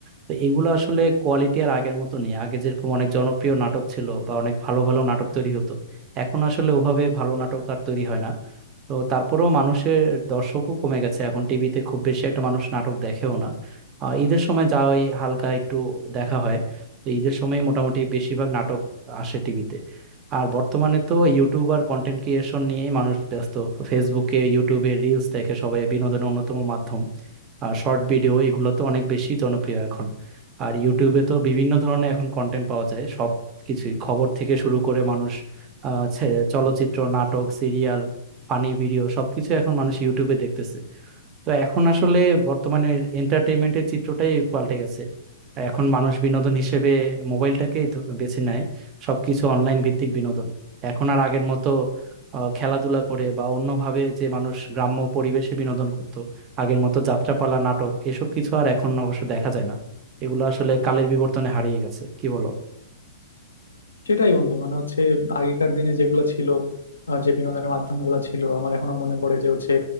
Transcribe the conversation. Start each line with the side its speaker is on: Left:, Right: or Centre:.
Right: তো এগুলো আসলে কোয়ালিটি আর আগের মতো নেই আগে যেরকম অনেক জনপ্রিয় নাটক ছিল বা অনেক ভালো ভালো নাটক তৈরি হতো এখন আসলে ওভাবে ভালো নাটক আর তৈরি হয় না তো তারপরেও মানুষের দর্শকও কমে গেছে এখন টিভিতে খুব বেশি একটা মানুষ নাটক দেখেও না আহ, ঈদের সময় যা হয় হালকা একটু দেখা হয় তো ঈদের সময় মোটামুটি বেশিরভাগ নাটক আসে টিভিতে আর বর্তমানে তো ইউটিউব আর কন্টেন্ট ক্রিয়েশন নিয়ে মানুষ ব্যস্ত ফেসবুকে ইউটিউবে রিলস দেখে সবাই বিনোদনের অন্যতম মাধ্যম আর শর্ট ভিডিও এগুলো তো অনেক বেশি জনপ্রিয় এখন আর ইউটিউবে তো বিভিন্ন ধরনের এখন কন্টেন্ট পাওয়া যায় সব কিছুই খবর থেকে শুরু করে মানুষ আহ ছে- চলচ্চিত্র নাটক সিরিয়াল ফানি ভিডিও সবকিছু এখন মানুষ ইউটিউবে দেখতেছে তো এখন আসলে বর্তমানে এন্টারটেইনমেন্টের চিত্রটাই পাল্টে গেছে এখন মানুষ বিনোদন হিসেবে মোবাইলটাকেই ধ- বেছে নেয় সবকিছু অনলাইন ভিত্তিক বিনোদন এখন আর আগের মতো আহ, খেলাধুলা করে বা অন্যভাবে যে মানুষ গ্রাম্য পরিবেশে বিনোদন করত আগের মতো যাত্রাপালা নাটক এসব কিছু আর এখন অবশ্য দেখা যায় না এগুলো আসলে কালের বিবর্তনে হারিয়ে গেছে কি বলো
Left: সেটাই বন্ধু মানে হচ্ছে আগেকার দিনে যেগুলো ছিল আহ, যে বিনোদনের মাধ্যমগুলো ছিল আমার এখনো মনে পড়ে যে হচ্ছে